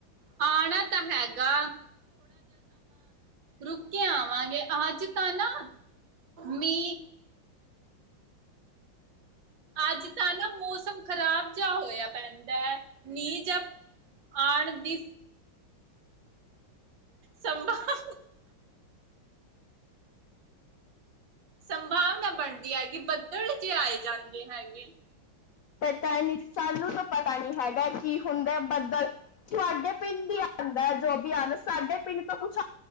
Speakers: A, on the right; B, on the left.
A: ਆਣਾ ਤਾਂ ਹੈਗਾ ਰੁਕੇ ਆਵਾਂਗੇ ਅੱਜ ਤਾਂ ਨਾ ਮੀ ਅੱਜ ਤਾਂ ਨਾ ਮੌਸਮ ਖ਼ਰਾਬ ਜਿਹਾ ਹੋਇਆ ਪੈਂਦਾ ਹੈ ਨੀਂ ਜ ਆਉਣ ਦੀ ਸੰਭਵਨਾ ਸੰਭਾਵਨਾ ਬਣਦੀ ਹੈ ਕਿ ਬੱਦਲ ਆਏ ਜਾਂਦੇ ਹੈਗੇ
B: ਪਤਾ
A: ਿੰਿੰ
B: ਨੀ ਜੀ ਸਾਨੂੰ ਤਾਂ ਪਤਾ ਨੀ ਹੈਗਾ ਕੀ ਹੁੰਦਾ ਬੱਦਲ ਤੁਹਾਡੇ ਪਿੰਡ ਹੀ ਆਉਂਦਾ ਹੈ ਜੋ ਵੀ ਆਉਂਦਾ ਸਾਡੇ ਪਿੰਡ ਤੋਂ ਕੁਛ